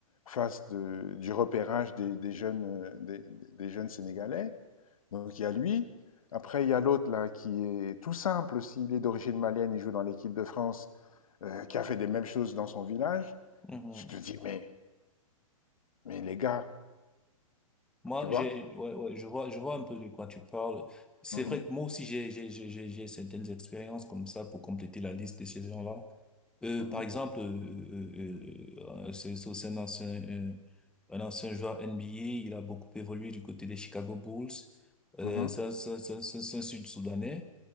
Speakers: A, on the left (about 70°); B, in the centre.
A: fasse de- du repérage des, des jeunes, euh, des, des jeunes sénégalais. Donc il y a lui. Après, il y a l'autre là qui est tout simple aussi. Il est d'origine malienne. Il joue dans l'équipe de France, euh, qui a fait des mêmes choses dans son village.
B: Mhm.
A: Tu te dis mais mais les gars,
B: Moi,
A: tu vois?
B: j'ai, ouais, ouais, je vois, je vois un peu de quoi tu parles. C'est
A: Mhm,
B: vrai que moi aussi, j'ai, j'ai, j'ai, j'ai j'ai certaines expériences comme ça pour compléter la liste de ces gens-là. Euh,
A: mhm,
B: par exemple, euh, euh, euh, euh, c'est c'est aussi un ancien, euh, un ancien joueur NBA. Il a beaucoup évolué du côté des Chicago Bulls. Euh,
A: mhm,
B: c'est un, c'est un, c'est un, c'est un Sud-Soudanais.